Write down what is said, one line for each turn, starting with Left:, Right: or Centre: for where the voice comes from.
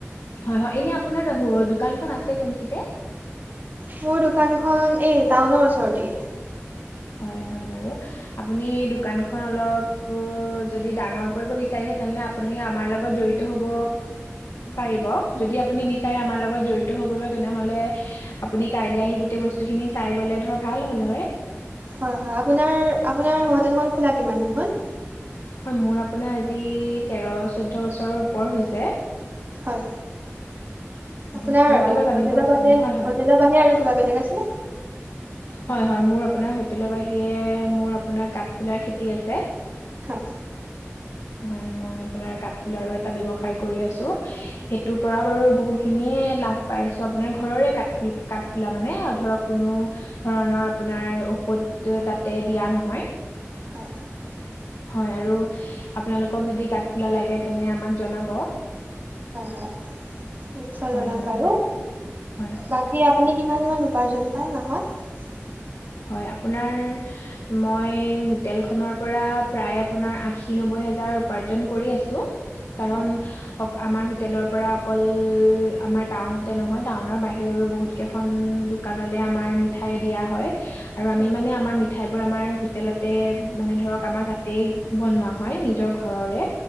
Left: হয়, হয়, এনে আপোনাৰ দোকানখন আছে কোনখিনিতে?
Right: মোৰ দোকানখন এই টাউনৰ ওচৰতে।
Left: হয় হয় বাৰু। আপুনি দোকানখন অলপ যদি ডাঙৰ কৰিব বিচাৰে তেনেহলে আপুনি আমাৰ লগত জড়িত হব পাৰিব। যদি আপুনি বিচাৰে আমাৰ লগত জড়িত হবলৈ তেনেহলে আপুনি কাইলৈ আহি গোটেই বস্তু খিনি চাই গলে ধৰ ভাল হল হয়।
Right: হয় হয়। আপোনাৰ -আপোনাৰ হোটেলখন খোলা কিমান হ'ল?
Left: হয় মোৰ আপোনাৰ আজি তেৰ চৈধ্যয় বছৰৰ ওপৰ হৈছে।
Right: হয়।
Left: হয়
Right: আপোনাৰ
Left: আৰু কিবা জানিব
Right: হোটেলৰ
Left: আছিল
Right: বাদে
Left: নেকি
Right: হোটেলৰ
Left: হয় হয়
Right: বাহিৰে আৰু কিবা বেলেগ আছে ন?
Left: হয় -হয় মোৰ আপোনাৰ হোটেলৰ বাহিৰে মোৰ আপোনাৰ কাঠফুলাৰ খেতি আছে।
Right: হয়।
Left: হয় মই আপোনাৰ কাঠফুলাৰো এটা ব্যৱসায় কৰি আছো সেইটোৰ পৰা বাৰু বহুখিনিয়ে। লাভ পাই আছো আপোনাৰ ঘৰৰে কাঠফুল -কাঠফুলা মানে ধৰক। কোনো ধৰণৰ আপোনাৰ ঔষধ তাতে দিয়া নহয়।
Right: হয়
Left: হয় আৰু আপোনালোকক যদি কাঠফুলা লাগে তেনে আমাক জনাব।
Right: হয় নিশ্চয়
Left: হয়
Right: জনাম
Left: হয়
Right: বাৰু
Left: হয়
Right: বাকী আপুনি। কিমানমান উপাৰ্জন পায় মাহত।
Left: হয় আপোনাৰ মই হোটেল খনৰ পৰা প্ৰায় আপোনাৰ আশী নব্বৈ উপাৰ্জন কৰি আছোঁ। কাৰণ
Right: হয়
Left: অ আমাৰ হোটেলৰ পৰা অকল আমাৰ টাউনতে নহয় টাউনৰ বাহিৰৰ বহুত কেইখন দোকানলে আমাৰ মিঠাই দিয়া হয় আৰু আমি
Right: হয়
Left: মানে আমাৰ মিঠাই বোৰ আমাৰ হোটেলতে মানে ধৰক আমাৰ তাতে বনোৱা হয় নিজৰ ঘৰৰে।